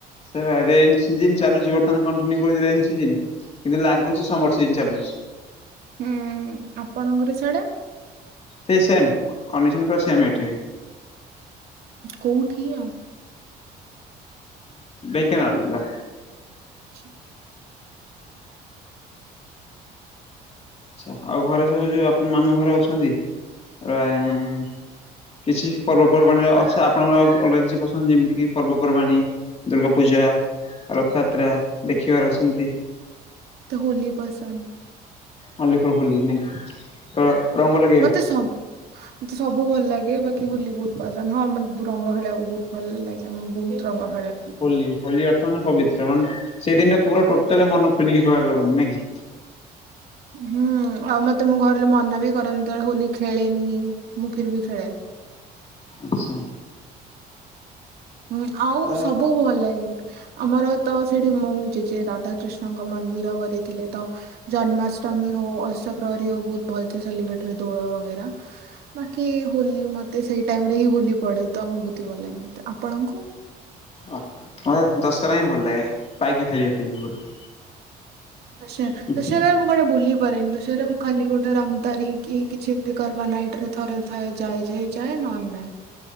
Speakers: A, on the left (about 40°); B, on the right (about 70°).
A: ସେ ରେ ରେ୍ନ ସିଜିନି ଚାଲୁଛି ବର୍ତ୍ତମାନ କଣ୍ଟିନ୍ୟୁୁ କରୁଛି ରେନ ସିଜିନ କିନ୍ତୁ ଲାଗୁଛି ସମର ସିଜିନ ଚାଲୁଛି।
B: ହୁଁ ଆପଣଙ୍କର ସେଉଡା?
A: ସେଇ ସେମ୍ କଣ୍ଡିସନ ପୁରା ସେମ୍ ଏଠି ବି
B: କଉଠି ଆଉ?
A: ଢ଼େଙ୍କାନାଳ ଜିଲ୍ଲା
B: ଆଛା
A: ଆଛା ଆଉ ଘରେ ସବୁ ଯୋଉ ଆପଣ ମାମୁଁ ଘରେ ଅଛନ୍ତି ଆ ଉ କିଛି ପର୍ବପର୍ବାଣିର ଅଛି ଆପଣଙ୍କର ଆଉ ଅଲଗା କିଛି ପସନ୍ଦ ଯେମିତିକି ପର୍ବପର୍ବାଣି? ଦୁର୍ଗା ପୂଜା ରଥଯାତ୍ରା ଦେଖିବାର ସେମିତି
B: ମତେ ହୋଲି ପସନ୍ଦ
A: ହଲିପୁର ହୋଲି ନାଇ ତ ରଙ୍ଗ ଲ
B: ମତେ ସ ମତେ ସବୁ ଭଲ ଲାଗେ ବାକି ବୁଲି ବହୁତ ପସନ୍ଦ ହଁ ମେ ରଙ୍ଗହଳିବାକୁ ବହୁତ ଭଲ ଲାଗି ମୁଁ ବହୁତ ରଙ୍ଗ ହଳେ।
A: ହୋଲି ହୋଲି ଅର୍ଥ ମାନେ ପବିତ୍ର ମାନେ ସେଇ ଦିନଟା ପୁରା ଟୋଟାଲି ମନ ଖୋଲିକି ଶୁଆଡ ଲଗନ୍ତି ନାଇ କି
B: ହୁଁ ଆଉ ମତେ ମୋ ଘର ଲୋ ମନା ବି କରନ୍ ତଳେ ହୋଲି ଖେଳେନି ମୁଁ ଫିରବି ଖେଳେ।
A: ଆଚ୍ଛା।
B: ହୁଁ ଆଉ
A: ତ
B: ସବୁ ଭଲ ଲାଗିବ। ଆମର ତ ସେଠି ମୋ ଜେଜେ ରାଧାକ୍ରିଷ୍ଣଙ୍କ ମନ୍ଦିର କରିଥିଲେ ତ ଜନ୍ମାଷ୍ଟମୀ ହୋଉ ଅଷପ୍ରହରି ହୋଉ ବୋହୁତ ଭଲ ସେ ସେଲିବ୍ରେଟ ହୋଏ ଦୋଳୋ ବଗେରା। ବାକି ହୋଲି ମତେ ସେଇ ଟାଇମ୍ ରେ ହିଁ ହୋଲି ପଢେ ତ ଆମ ବୋହୁତ ହିଁ ଭଲ ଲାଗେ ମତେ ଆପଣଙ୍କୁ।
A: ଅଃ ମତେ ଦଶହରା ହିଁ ଭଲ ଲାଗେ ପାଇକେ ଖେଳିବା ପାଇଁ <unintelligible>
B: <unintelligible>
A: ଆଚ୍ଛା
B: ଦଶହରାରେ ମୁଁ କୁଆଡେ ବୁଲି କରେନି <unintelligible> ମୁଁ ଖାଲି ଗୋଟେ ରାମତାରି କି କିଛି ଏମିତି କରବା ନାଇଟ୍ ରେ ଥରେ ଥାଏ। ଯାଏ ଯାଏ ଯାଏ ନହେଲେ ନାଇଁ।